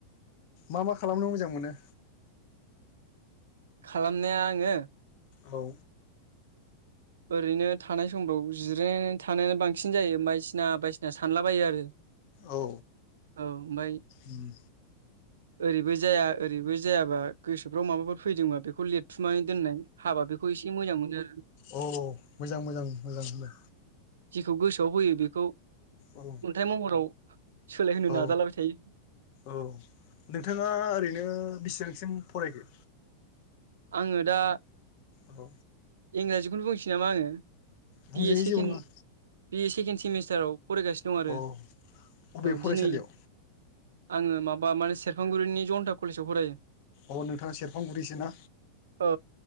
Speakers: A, on the left; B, on the right.
A: मा मा खालामनो मोजां मोनो?
B: खालामनाया आङो।
A: औ
B: ओरैनो थानाय समफ्राव जिरायनानै थानायानो बांसिन जायो बायदिसिना बायसिना सानलाबायो आरो
A: औ
B: औ ओमफ्राय
A: उम
B: ओरैबो जाया ओरैबो जायाबा गोसोफ्राव माबाफोर फैदोंबा बेखौ लिरथुमनानै दोननाय, हाबा बेखौ एसे मोजां मोनो
A: औ औ मोजां मोजां मोजां होनो
B: जिखौ गोसोआव फैयो बेखौ खन्थाइ
A: औ
B: महराव, सोलायहोनो
A: औ
B: नाजालाबाय थायो
A: औ नोंथाङा ओरैनो, बेसेबांसिम फरायखो?
B: आङो दा
A: औ।
B: इंराजिखौनो बुंसै नामा आङो बि
A: बुंजायो
B: ए सेकेण्ड
A: जेबो नङा
B: बि ए सेकेणड सेमिस्टाराव फरायगासिनो दं आरो
A: अ बबे
B: औ
A: फरायसालियाव
B: दिनै आङो माबा माने सेरफांगुरिनि जन्था कलेजाव फरायो।
A: औ नोंथांङा सेर सेरफांगुरिसो ना
B: औ